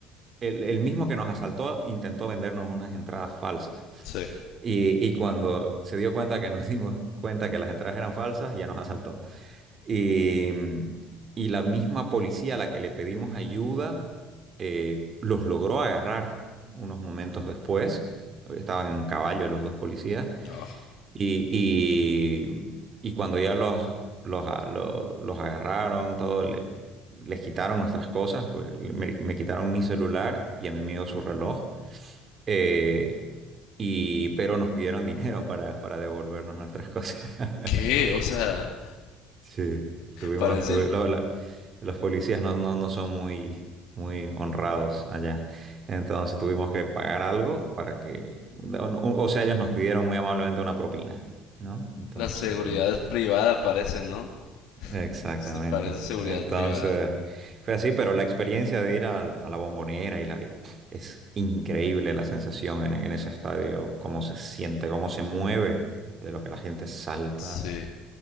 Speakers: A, on the right (about 40°); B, on the left (about 75°).
A: el, el mismo que nos asaltó intentó vendernos unas entradas falsas.
B: <laughs> sí.
A: Y, y cuando se dio cuenta que nos dimos cuenta que las entradas eran falsas, ya nos asaltó. Eh, y la misma policía a la que le pedimos ayuda eh, los logró agarrar unos momentos después. Estaban en caballo los dos policías.
B: Ah,
A: Y, y- y cuando ya los, los, a- lo- los agarraron, todo, le- les quitaron nuestras cosas, pues, le- me, me quitaron mi celular y a mi amigo su reloj. eh, y, pero nos pidieron dinero para, para devolvernos nuestras cosas. <laughs>
B: ¿Qué? O sea,
A: Sí, estuvimos,
B: parece
A: estuve, la- la- los policías no, no, no son muy, muy honrados allá. Entonces tuvimos que pagar algo para que, o, o sea, ellos nos pidieron muy amablemente una propina, ¿no? Entonces
B: la seguridad
A: tuvimos que...
B: privada, parece, ¿no?
A: Exactamente.
B: Sí, parece seguridad
A: Entonces
B: privada.
A: fue así, pero la experiencia de ir a, a la Bombonera y la, y, pf, es increíble la sensación en, en ese estadio, cómo se siente, cómo se mueve, de lo que la gente salta.
B: Sí.